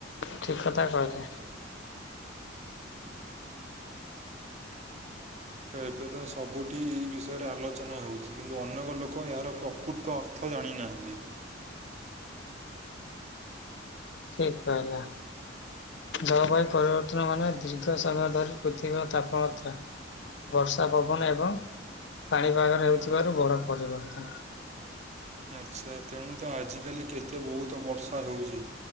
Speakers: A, on the left; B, on the right.
A: ଠିକ କଥା କହଥାେ <unintelligible>
B: ତ ଏବେ ତ ସବୁଠି ଏଇ ବିଷୟରେ ଆଲୋଚନା ହେଉଛି କିନ୍ତୁ ଅନେକ ଲୋକ ଏହାର ପ୍ରକୃତ ଅର୍ଥ ଖୋଦଣୀ ନାହନ୍ତି <unintelligible>
A: ଠିକ କହିଲା ଜଳବାୟୁ ପରିବର୍ତ୍ତନ ମାନେ ଦୀର୍ଘ ସମୟ ଧରି ପୃଥିବୀ ଆଉ ତାପମାତ୍ରା। ବର୍ଷା ପବନ ଏବଂ ପାଣିପାଗର ହେଉଥିବାରୁ ବଡ ପରିବର୍ତ୍ତନ।
B: ଆଚ୍ଛା ତେଣୁ ତ ଆଜିକାଲି କେତେ ବହୁତ ବର୍ଷା ହେଉଛି।